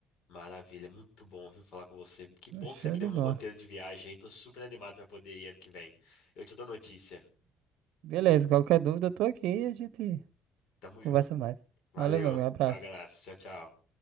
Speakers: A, on the left (about 75°); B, on the right (about 75°).
A: Maravilha, muito bom, viu, falar com você. Que bom que
B: Show
A: você me deu
B: de
A: um
B: bola.
A: roteiro de viagem aí. Tô super animado pra poder ir ano que vem. Eu te dou notícia.
B: Beleza, qualquer dúvida eu tô aqui e a gente
A: Tamo junto.
B: conversa mais.
A: Valeu,
B: Valeu, meu amigo, um abraço.
A: um abraço. Tchau, tchau.